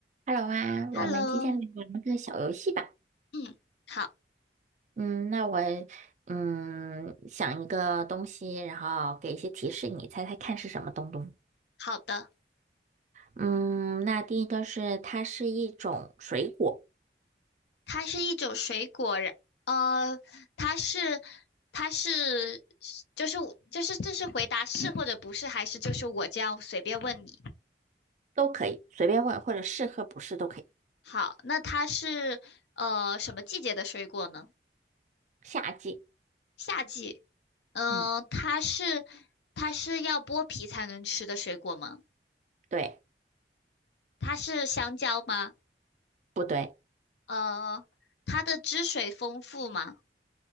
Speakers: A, on the right (about 40°); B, on the left (about 75°).
A: Hello 啊，
B: Hello，
A: 我们今天来玩个小游戏吧。
B: 嗯，好
A: 嗯，那我嗯想一个东西，然后给一些提示，你猜猜看是什么东东？
B: 好的，
A: 嗯，那第一个是它是一种水果，
B: 它是一种水果，然呃，它是它是就是就是这是回答是或者不是，还是就是我这样随便问你。
A: 都可以随便问，或者是和不是都可以。
B: 好，那它是呃什么季节的水果呢？
A: 夏季，
B: 夏季。嗯、
A: 嗯，
B: 它是它是要剥皮才能吃的水果吗？
A: 对，
B: 它是香蕉吗？
A: 不对？
B: 呃，它的汁水丰富吗？